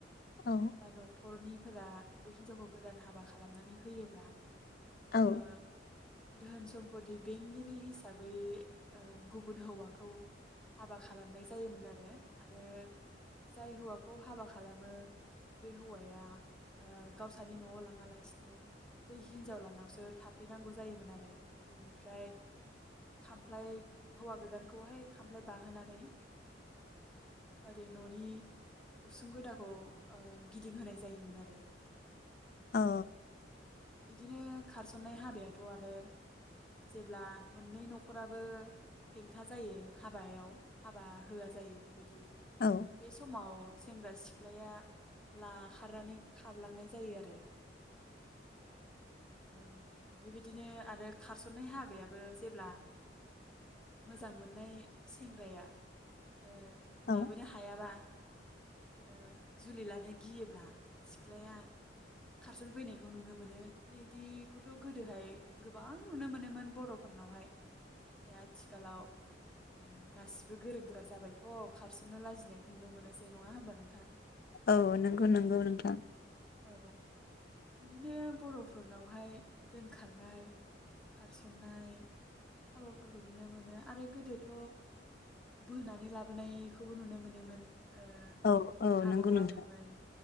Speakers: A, on the left (about 55°); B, in the centre.
A: औ
B: बा न'खरनि फोरा बे हिनजावखौ गोदान हाबा खालामनानै होयोब्ला
A: औ
B: ओ धोन सम्पति बेंगिरि हिसाबै ओ गुबुन हौवाखौ हाबा खालामनाय जायोमोन आरो। आरो जाय हौवाखौ हाबा खालामो बे हौवाया ओ गावसानि न'आव लाङालासिनो बै हिनजाव लानावसो थाफैनांगौ जायोमोन आरो बिनिफ्राय खामफ्लाय हौवा गोदानखौहाय खामफ्लाय बाहोनानै ओरै न'नि उसुं गोदाखौ ओ गिदिंहोनाय जायोमोन आरो।
A: औ
B: बिदिनो खारसननाय हाबायाथ' आरो जेब्ला मोननै न'खराबो हेंथा जायो हाबायाव हाबा होआ जायो बेबायदि
A: औ
B: बे समाव सेंग्रा सिख्लाया लाखारनानै खारलांनाय जायो आरो ओ बेबायदिनो आरो खारसननाय हाबायाबो जेब्ला मोजां मोन्नाय सेंग्राया ओ
A: औ
B: लाबोनो हायाबा ओ जुलि लानो गियोब्ला सिख्लाया खारसनफैनायखौ नुनो मोनो बिदिखौथ' गोदोहाय गोबां नुनो मोनोमोन बर'फोरनावहाय आ थिखालाव ओ गासिबो गोरों गोरा जाबायथ' खारस'नो लाजिनाय नुनो मोनोसै नङा होमबा नोंथां?
A: औ नंगौ नंगौ नोंथां
B: औ बिदिनो बर'फोरनावहाय दोनखारनाय खारसननाय हाबाफोर खौ नुनो मोनो आरो गोदोथ' बोनानै लाबोनायखौबो नुनो मोनोमोन। ओ
A: औ औ
B: आबौ
A: नंगौ नोंथां
B: आबैमोन